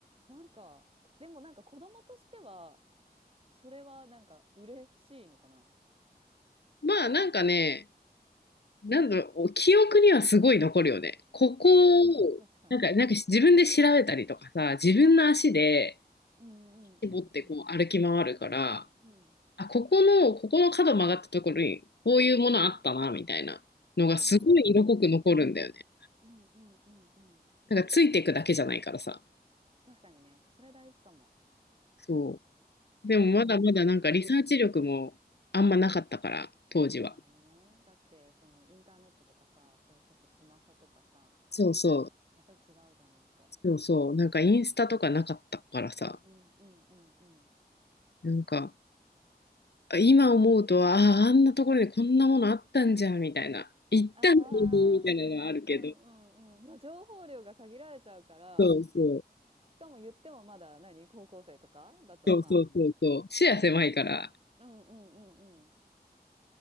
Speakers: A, on the right (about 35°); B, on the left (about 85°).
A: なんかでもなんか子供としてはそれはなんか嬉しいのかな
B: まあなんかね、なんだろう、記憶にはすごい残るよね。ここを、
A: あまあ確かに
B: なんか、なんか自分で調べたりとかさ、自分の足で
A: うんうんうんうん
B: 持ってこう歩き回るから、
A: うん
B: あ、ここの、ここの角曲がったところに、こういうものあったな、みたいなのがすごい色濃く残るんだよね。
A: ああーうんうんうんうん
B: なんかついていくだけじゃないからさ。
A: 確かにねそれ大事かも
B: そう。でもまだまだなんかリサーチ力もあんまなかったから、
A: なんかうん
B: 当時は。
A: まあね、だってそのインターネットとかさ、それこそスマホとかさ、
B: そうそう、
A: やっぱり違うじゃん、今と。
B: そうそう。なんかインスタとかなかったからさ、
A: うんうんうんうん。
B: なんかあ今思うとは、ああ、あんなところにこんなものあったんじゃんみたいな。行ったのにみたいなのはあるけど。
A: ああ、うんうんうん。まあ情報量が限られちゃうから、
B: そうそう、
A: しかも言ってもまだ何高校生とかだとさ、
B: そうそうそうそう。視野狭いから。
A: うんうんうんう